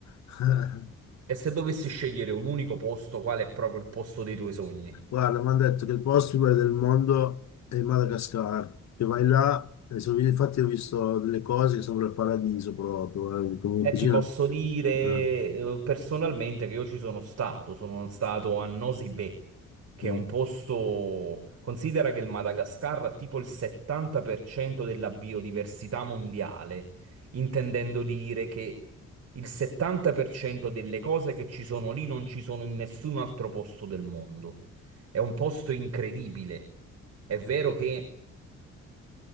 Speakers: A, on the left; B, on the right.
A: <laughs>
B: E se dovessi scegliere un unico posto, qual è proprio il posto dei tuoi sogni?
A: Guarda, mi hanno detto che il posto più bello del mondo è il Madagascar, che vai là, e so- infatti ho visto delle cose che sembrano il paradiso proprio, eh, come
B: E
A: cucina.
B: ti posso dire
A: Eh,
B: eh, personalmente che io ci sono stato, sono stato a Nosy Be, che
A: mm,
B: è un posto, considera che il Madagascar ha tipo il 70% della biodiversità mondiale, intendendo dire che il 70% delle cose che ci sono lì non ci sono in nessun altro posto del mondo. È un posto incredibile. È vero che